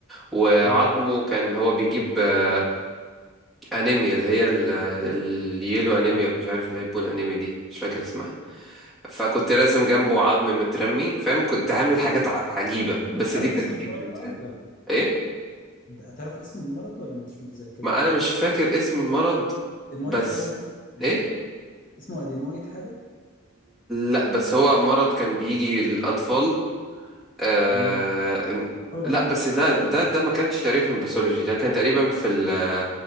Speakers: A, in the centre; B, on the left (about 40°).
A: وعظمه
B: تمام
A: كان هو بيجيب آه، انيميا اللي هي ال- اليلو انيميا
B: ده-
A: ولا مش عارف اللي هي البون انيميا دي مش فاكر اسمها فكنت راسم جنبه عظم مترمي فاهم كنت هعمل حاجات ع- عجيبة بس
B: تعرف
A: دي كانت
B: اسم
A: بتجيب
B: المرض
A: في الامتحان
B: ده ولا لا؟
A: ايه
B: ده- تعرف اسم المرض ولا مش متذكره؟
A: ما انا مش فاكر اسم المرض
B: ادينويد
A: بس
B: حاجة مثلا ولا
A: ايه
B: اسمه ادينويد حاجة؟
A: لا بس هو مرض كان بيجي للاطفال آه...
B: مم. بحاول
A: لا
B: اربط
A: بس ده
B: حاجة
A: ده ده ما كانش تقريبا في الباثولوجي ده كان تقريبا في ال